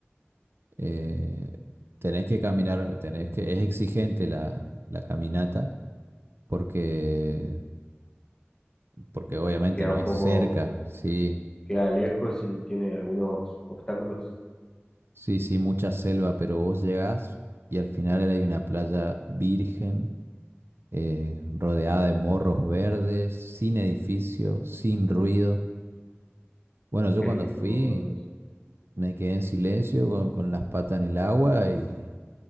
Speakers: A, on the right (about 60°); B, on the left (about 15°).
A: Eh, tenés que caminar, tenés que, es exigente la, la caminata porque, porque obviamente
B: Queda
A: no
B: un
A: es
B: poco,
A: cerca, sí.
B: queda lejos y tiene algunos obstáculos.
A: Sí, sí, mucha selva, pero vos llegás y al final hay una playa virgen, eh, rodeada de morros verdes, sin edificio, sin ruido. Bueno, yo
B: Qué
A: cuando
B: lindo,
A: fui
B: Andrés.
A: me quedé en silencio con, con las patas en el agua y